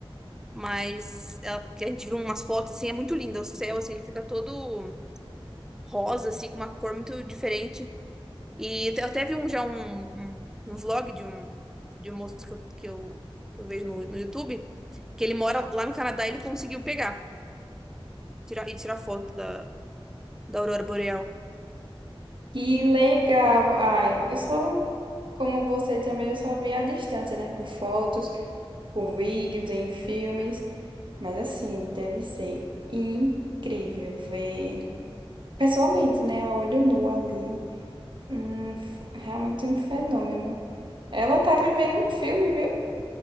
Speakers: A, in the centre; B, on the right.
A: mas ela- que a gente viu umas fotos, assim, é muito lindo. O céu, assim, ele fica todo rosa, assim, com uma cor muito diferente. E te- eu teve um, já um, um, um vlog de um, de um moço que eu, que eu, que eu vejo no, no YouTube, que ele mora lá no Canadá e ele conseguiu pegar tirar, e tirar foto da, da Aurora Boreal.
B: que legal. Ai, eu sou como você também, eu só vi à distância, né? Por fotos, por vídeos, em filmes. Mas assim, deve ser incrível ver pessoalmente, né, a olho nu ali, um, f- realmente um fenômeno. Ela tá vivendo um filme, viu?